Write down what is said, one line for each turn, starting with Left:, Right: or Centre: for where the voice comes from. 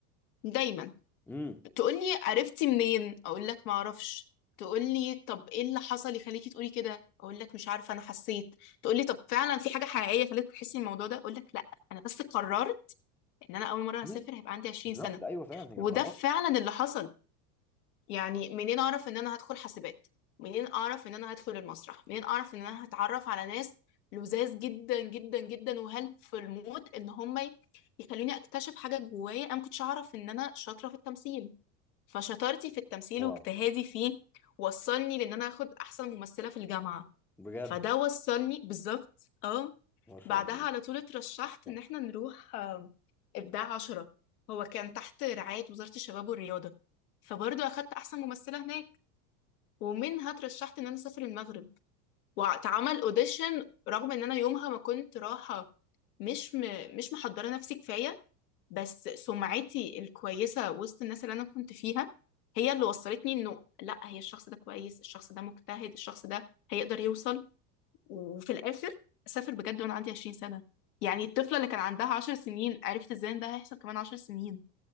Left: سنه دايما
Centre: امم
Left: تقول لي عرفتي منين اقول لك ما اعرفش تقول لي طب ايه اللي حصل يخليكي تقولي كده اقول لك مش عارفه انا حسيت تقول لي طب فعلا في حاجه حقيقيه خلتك تحسي الموضوع ده اقول لك لا انا بس قررت ان انا اول مره هسافر
Centre: مم.
Left: هيبقى عندي 20
Centre: بالظبط
Left: سنه
Centre: ايوه فعلا هي
Left: وده
Centre: قرار
Left: فعلا اللي حصل يعني منين اعرف ان انا هدخل حاسبات منين اعرف ان انا هدخل المسرح منين اعرف ان انا هتعرف على ناس لذاذ جدا جدا جدا وهلب في الموت ان هم ي- يخلوني اكتشف حاجه جوايا انا ما كنتش اعرف ان انا شاطره في التمثيل فشطارتي في التمثيل
Centre: واو
Left: واجتهادي فيه وصلني لان انا اخد احسن ممثله في الجامعه
Centre: بجد
Left: فده وصلني بالظبط اه
Centre: ما شاء
Left: بعدها
Centre: الله
Left: على طول اترشحت
Centre: تحفة.
Left: ان احنا نروح آه، ابداع عشرة هو كان تحت رعاية وزارة الشباب والرياضة فبرضه اخدت احسن ممثلة هناك ومنها اترشحت ان انا اسافر المغرب واتعمل اوديشن رغم ان انا يومها ما كنت رايحة مش م... مش محضرة نفسي كفاية بس سمعتي الكويسة وسط الناس اللي انا كنت فيها هي اللي وصلتني انه لا هي الشخص ده كويس الشخص ده مجتهد الشخص ده هيقدر يوصل وفي الاخر اسافر بجد وانا عندي 20 سنه يعني الطفله اللي كان عندها 10 سنين عرفت ازاي ان ده هيحصل كمان 10 سنين